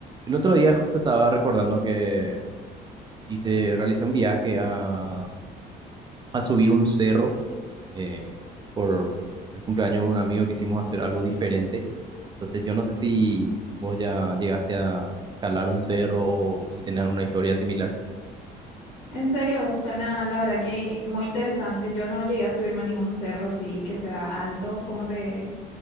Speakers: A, on the right (about 25°); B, on the left (about 80°).
A: El otro día justo estaba recordando que hice, realicé un viaje a, a subir un cerro eh, por el cumpleaños de un amigo quisimos hacer algo diferente. Entonces yo no sé si vos ya llegaste a escalar un cerro o si tenés alguna historia similar.
B: En serio, suena la verdad que muy interesante. Yo no llegué a subirme a ningún cerro así que sea alto, como te,